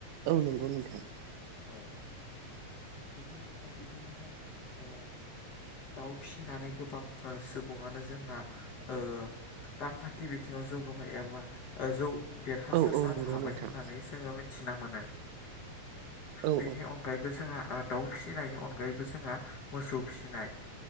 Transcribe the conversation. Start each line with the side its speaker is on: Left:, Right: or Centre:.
Right: औ नंगौ नोंथां।
Left: औ बिदिनो बिदिनोहाय ओ दाउ फिसिनानै गोबां ओ सुबुङानो जोंना ओ रांखान्थि बिथिङाव जौगाबाय एबा जौ देरहासार
Right: औ औ
Left: जानो
Right: नंगौ
Left: हाबाय
Right: नोंथां
Left: होननानै जोङो मिथिना मोनो।
Right: औ
Left: बेनि अनगायैबो जोंहा आ दाउ फिसिनायनि अनगायैबो जोंहा मोसौ ओ फिसिनाय